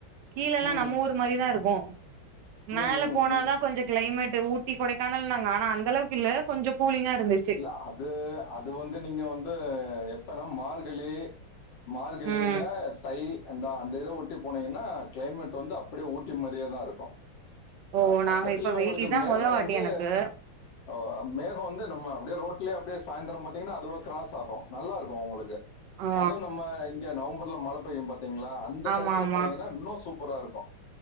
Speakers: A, on the right (about 70°); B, on the left (about 70°).
A: கீழல்லா
B: ம்
A: நம்ம ஊர் மாறி தா இருக்கு மேல
B: ம் ம்
A: போனாதா
B: ம்
A: கொஞ்சோ கிளைமேட் ஊட் ட்டி கொடைக்கானல்னாங்க ஆனா அந்த அளவுக்கு இல்ல கொஞ்சோ கூலிங்கா இருந்துச்சு
B: இல்ல அது அது வந்து நீங்க வந்து எப்பனா மார்கழி மார்கழில
A: ம்
B: தை அந்த அந்த இத ஒட்டி போனீங்கன்னா க்ளைமேட் வந்து அப்டே ஊட்டி மாறியே க்தா இருக்கு
A: ஓ
B: அ பக்கத்துலே
A: நாங்க இப்ப வெய்
B: உங்களுக்கு
A: இதா
B: மேகோ
A: மொத வாட்டி
B: வந்து
A: எனக்கு
B: அ மேகோ வந்து நம்ம அப்படியே ரோட்லயே அப்டே சாயந்தரோ பாத்தீங்கன்னா அதுவா க்ராஸ் ஆகு நல்லா இருக்கு உங்களுக்கு
A: ஆ
B: அதுவு நம்ம இங்க நவம்பர்ல மழ பெய்யு பாத்திங்களா அந்த
A: ஆமா
B: டயத்துல
A: ஆமா
B: போனீங்கன்னா இன்னு சூப் ப்பரா இருக்கு